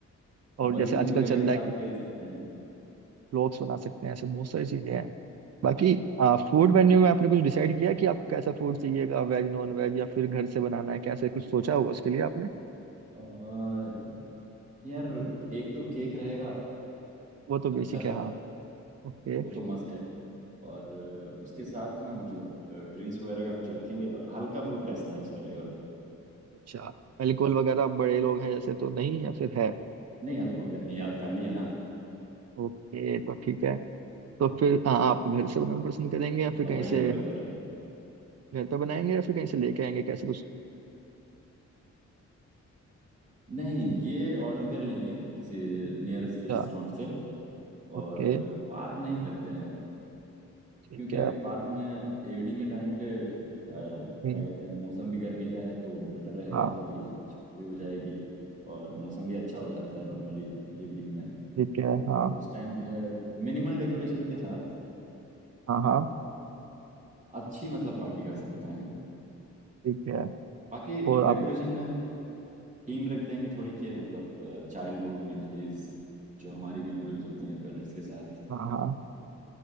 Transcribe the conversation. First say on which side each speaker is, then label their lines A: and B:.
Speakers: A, on the right (about 60°); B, on the right (about 25°).
A: और
B: बलून्स
A: जैसे आजकल
B: वगैरह
A: चल
B: के
A: रहा
B: साथ
A: है
B: खेल
A: कि
B: सकते हैं
A: ब्लॉग्स बना सकते हैं ऐसे बहुत सारी चीजें हैं बाकी फूड मेन्यू में आपने कुछ डिसाइड किया कि आपको कैसा फूड चाहिएगा वेज नॉन वेज या फिर घर से बनाना है कैसे कुछ सोचा होगा उसके लिए आपने
B: और यार एक तो केक रहेगा
A: वो तो बेसिक
B: अच्छा
A: है
B: सा
A: हाँ ओके
B: वो तो मस्त है और अ, उसके साथ ना मतलब ड्रिंक्स वगैरह का कुछ रखेंगे और हल्का फुल्का स्नैक्स रहेगा
A: अच्छा अल्कोहल वगैरह बड़े लोग हैं जैसे तो नहीं या फिर है
B: नहीं अल्कोहल वगैरह नहीं यार फैमिली है ना
A: ओके तो ठीक है तो फिर हाँ, आप घर से बनाना पसंद करेंगे या फिर
B: अवॉइड
A: कहीं से
B: करना बेहतर है
A: घर पे बनाएंगे या फिर कहीं से लेके आएंगे कैसे कुछ
B: नहीं ये ऑर्डर कर लेंगे किसी नियरेस्ट
A: अच्छा
B: रेस्टोरेंट से और
A: ओके
B: पार्क में ही करते हैं
A: ठीक
B: क्योंकि
A: है
B: पार्क में इवनिंग के टाइम पे अ, क्या
A: हम्म,
B: कहते हैं मौसम भी गर्मी का है तो बेटर रहेगा
A: हाँ
B: थोड़ी छाँव भी हो जाएगी और मौसम भी अच्छा हो जाता है नॉर्मली इवनिंग में
A: ठीक है हाँ
B: और उस टाइम जो है मिनिमल डेकोरेशन के साथ
A: हाँ हाँ
B: अच्छी मतलब पार्टी कर सकते हैं
A: ठीक है
B: बाकी
A: और
B: डेकोरेशन
A: आप
B: में थीम रख देंगे थोड़ी के मतलब चाइल्डहुड मेमोरीज जो हमारी मेमोरीज होती हैं पेरेंट्स के साथ
A: हाँ हाँ